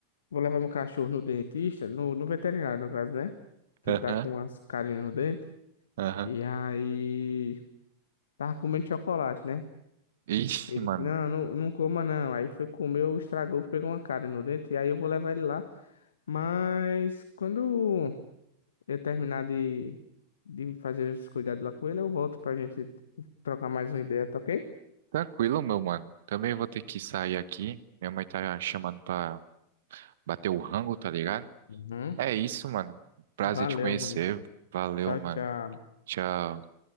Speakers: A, on the left (about 65°); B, on the right (about 60°).
A: vou levar meu cachorro no dentista, no, no veterinário, no caso, né? Que
B: Aham,
A: ele tá com umas carinhas no dente.
B: aham.
A: E aí, tava comendo chocolate, né?
B: Ixi,
A: Ele
B: mano.
A: disse, não, não, não coma não. Aí foi comeu, estragou, pegou uma cara no dente. E aí eu vou levar ele lá. Mas quando eu terminar de, de fazer os cuidados lá com ele, eu volto pra gente trocar mais uma ideia, tá ok?
B: Tranquilo, meu mano. Também vou ter que sair aqui. Minha mãe tá chamando pra bater o rango, tá ligado?
A: Uhum.
B: É isso, mano. Prazer
A: Valeu,
B: te conhecer.
A: mano.
B: Valeu,
A: Tchau,
B: mano.
A: tchau.
B: Tchau.